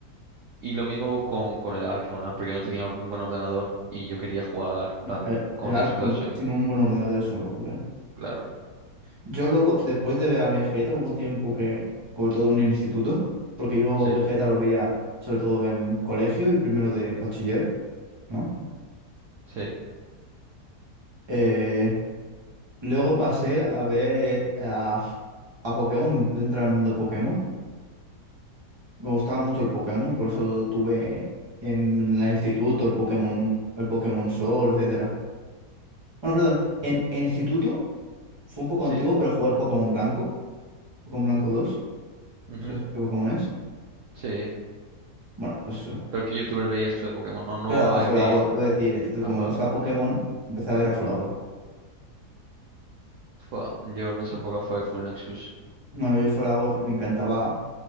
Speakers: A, on the right; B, on the right.
A: Y lo mismo con, con el Ark, con el Ark, porque yo no tenía or- un buen ordenador y yo quería jugar en
B: no,
A: plan,
B: eh,
A: con
B: el Ark
A: éxito
B: con-
A: de Soy.
B: sin un buen ordenador es una locura, ¿eh?
A: Claro.
B: Yo luego, después de ver a Vegeta, hubo un tiempo que, sobre todo en el instituto, porque yo
A: Sí,
B: Vegeta lo veía sobre todo en colegio y primero de bachiller, ¿no?
A: sí,
B: Eh, Luego pasé a ver a, a Pokémon, me empecé a entrar al mundo de Pokémon. Me gustaba mucho el Pokémon, por eso tuve en el instituto el Pokémon, el Pokémon Sol, etcétera. Bueno, perdón, en, en instituto fue un poco
A: sí.
B: antiguo, pero jugué al Pokémon Blanco, Pokémon Blanco dos
A: ujú,
B: ¿no ¿Sabes qué Pokémon es?
A: sí.
B: Bueno, pues eso.
A: Pero ¿qué youtuber veías tú de Pokémon? No, no
B: Claro, a Folagor,
A: veías
B: te voy a decir. Entonces,
A: a
B: como
A: Flagar.
B: me gustaba Pokémon, empecé a ver a Folagor.
A: Fua, Yo en esa época fue Full Nexus.
B: No, yo Folagor y me encantaba,